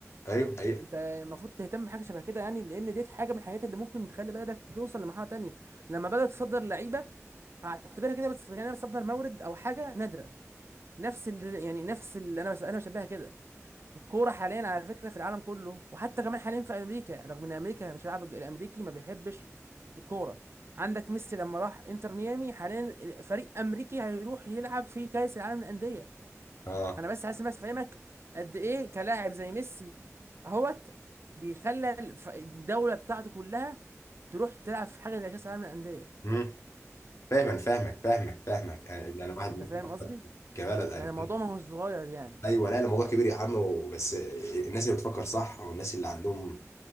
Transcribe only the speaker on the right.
يعني انت المفروض تهتم بحاجه شبه كده يعني لان ديت حاجه من الحاجات اللي ممكن تخلي بلدك توصل لمرحله تانية لما بدات تصدر لعيبه هعتبرها كده بس يعني انا بتصدر مورد او حاجه نادره نفس اللي يعني نفس اللي انا بس انا بشبهها كده الكوره حاليا على فكره في العالم كله وحتى كمان حاليا في امريكا رغم ان امريكا مش اللاعب الامريكي ما بيحبش الكوره عندك ميسي لما راح انتر ميامي حاليا فريق امريكي هيروح يلعب في كاس العالم للانديه
انا بس عايز بس افهمك قد ايه كلاعب زي ميسي اهوت بيخلى الف- الدوله بتاعته كلها تروح تلعب في حاجه زي كاس العالم للانديه
انت
فاهم
قصدي
يعني الموضوع ما هو صغير يعني